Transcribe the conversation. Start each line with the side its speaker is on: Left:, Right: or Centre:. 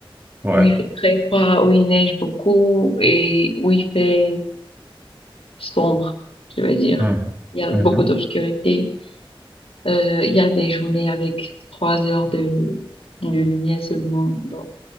Right: Ouais.
Left: où il fait très froid, où il neige beaucoup et où il fait sombre, je veux dire.
Right: Mhm.
Left: Il y a
Right: Mhm.
Left: beaucoup d'obscurité. Euh, il y a des journées avec trois heures de, de lumière seulement, donc